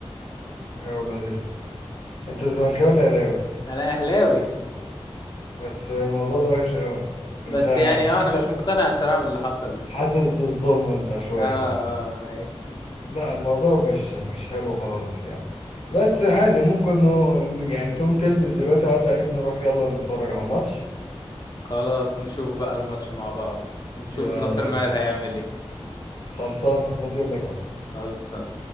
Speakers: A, on the left; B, on the left.
A: يا ولاد ال- انت الزملكاوي ولا اهلاوي
B: انا اهلاوي
A: بس الموضوع ده وحش قوي
B: بس
A: انت
B: يعني
A: حتى
B: اه انا مش مقتنع الصراحة باللي حصل
A: حاسس بالظلم انت شويه
B: اه
A: معانا يعني.
B: اه
A: لا الموضوع مش مش حلو خالص يعني بس
B: أي.
A: عادي ممكن نو... نو- يعني تقوم تلبس دلوقتي وعدي عليك نروح يلا نتفرج على الماتش
B: خلاص نشوف بقى الماتش مع بعض نشوف
A: يلا
B: ناصر
A: يا
B: ماهر
A: باشا
B: هيعمل ايه
A: خلصان نازل لك اهو
B: خلصان